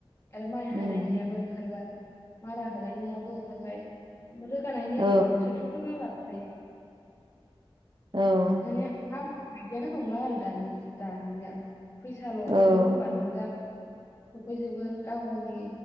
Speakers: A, on the left; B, on the right.
A: आरो माइ
B: उम
A: हानायनियाबो ओंखारबाय । मारा होनायनियाबो ओंखारबाय उम रोगानायनियाबोथ
B: औ
A: थेखथरफोरनो ला बायदि
B: औ
A: माने मा बिदियानो नंला आरो दानि दानिया फैसााल
B: औ
A: हो ओमबानो जा सफैजोबगोन गाव गावनि